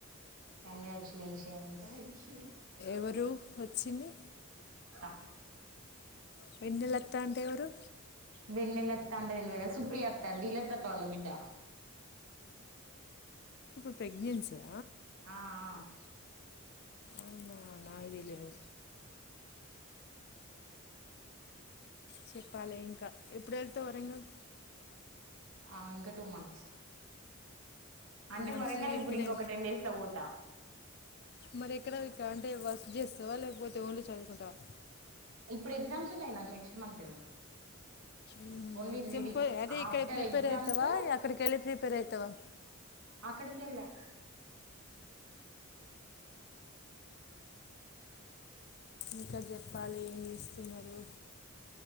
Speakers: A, on the right (about 80°); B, on the left (about 50°).
A: కంగ్రాట్యులేషన్స్ శివు
B: ఎవరు వచ్చింది
A: అ
B: వెన్నలత్త అంటెవరు
A: వెన్నెల అత్త అంటె తెల్వదు గాని సుప్ ప్రియాత్త డీలర్ తాత వాళ్ల బిడ్డ
B: ప్రెగ్నెన్సా
A: ఆ ఆ
B: అవునా నాకు దెలియదు చెప్పాలి ఇంకా ఎప్పుడెల్తావ్ వరంగల్
A: ఆ ఇంకా టూ మంత్స్ అంటే
B: మనసులో
A: వరంగల్ ఇప్పుడు
B: ఇక్కడే
A: ఇంకొక టెన్ డేస్ లో పోతా
B: మరి ఎక్కడ ఇక్కడ అంటే వర్క్ చేస్తావా లేకపోతే ఓన్లీ చదువుకుంటావా
A: ఇప్పుడు ఎగ్జామ్స్ ఉన్నయ్ నాకు నెక్స్ట్ మంత్
B: ఊ
A: ఓన్లీ రీడింగ్
B: సింపుల్ అదే
A: ఆఫ్టర్
B: ఇక్కడ ప్రిపేర్
A: ఎగ్జామ్స్
B: అయితవా అక్కడికెళ్లి ప్రిపేర్ అయిత్ త్తవ
A: అక్కడికెల్లే
B: ఇంకా చెప్పాలి ఏం చేస్తున్నారు